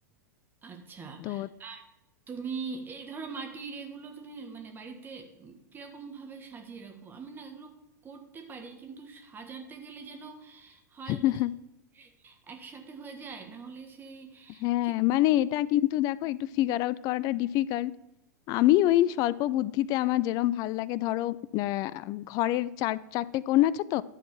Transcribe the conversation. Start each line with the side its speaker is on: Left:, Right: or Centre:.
Right: আচ্ছা
Left: তো
Right: আর তুমি এই ধরো মাটির এগুলো তুমি মানে বাড়িতে কিরকম ভাবে সাজিয়ে রাখো আমি না এগুলো করতে পারি কিন্তু সাজাতে গেলে যেন হয়
Left: <laughs>
Right: বেশি একসাথে হয়ে যায় না হলে সেই
Left: হ্যাঁ
Right: ঠিক
Left: মানে এটা কিন্তু দেখো একটু ফিগার আউট করাটা ডিফিকাল্ট আমি ওই স্বল্প বুদ্ধিতে আমার যেরম ভাল লাগে ধরো আহ, ঘরের চার চারটে কোণ আছে তো